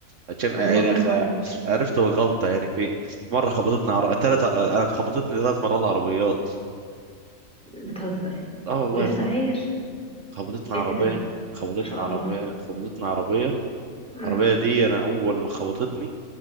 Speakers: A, on the right; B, in the centre.
A: عشان
B: طب
A: يعني
B: والله برافو
A: خ-
B: عليك
A: عرفت الغلطه يعني فين مره خبطتني عر... تلت عر... أنا خبطتني ثلاث مرات عربيات
B: بتهزر
A: اه والله
B: ولسه
A: في
B: عايش
A: خبطتني
B: ايه
A: عربية
B: ده
A: خبطتني
B: ما شاء الله
A: عربية خبطتني عربية
B: مم.
A: العربية دي أنا أول ما خبطتني